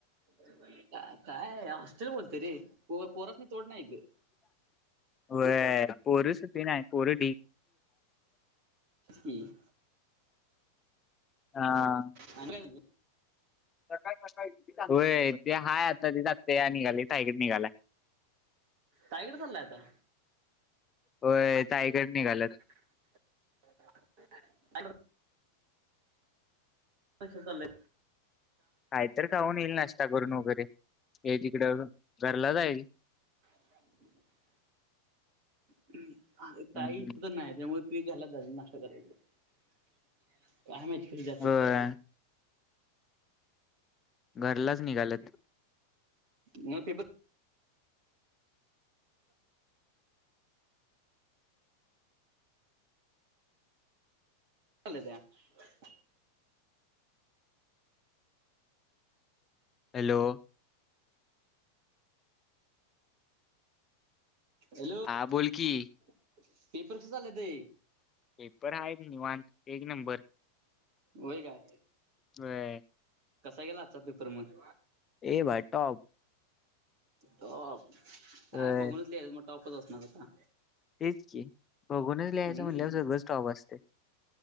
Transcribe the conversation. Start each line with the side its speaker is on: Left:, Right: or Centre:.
Right: का काय हॉस्टेल बोलते रे पोरासनी तोडनाही इथं
Left: व पोरू सुधी नाही पोरू
Right: म
Left: हा
Right: आणि काय म्हणतो
Left: सकाळी सकाळी होय ते हाय आता ते जगते निघाले ताईकडे निघालाय
Right: तायगड चाललायता
Left: हो ताईकड निघालात
Right: <unintelligible> कस चालाय
Left: कायतर खाऊन येईल नाश्ता करून वगैरे हे तिकडं घरला जाईल
Right: <inaudible> अ ताई
Left: हम्म
Right: इथ तर नाही त्यामुळे ते घरला जाऊन नाष्ट करायला गेलं आय माहित कठे जातत
Left: होय
Right: कशाला
Left: घरलाच निघाल्यात
Right: म पेपर ले <inaudible>
Left: हॅलो
Right: हॅलो
Left: हा बोल की
Right: पेपर कस चालल ते?
Left: पेपर हाय एक निवांत एक नंबर.
Right: वय काय
Left: ह्
Right: कसा गेला आजचा पेपर मग
Left: ए भई टॉप
Right: टॉप काय
Left: होय
Right: बघूनच लिह्याल मग टॉपच असणार आता
Left: तेच की बघूनच लिहायचं
Right: हम्म
Left: म्हणल्यावर सगळं स्टॉप असते.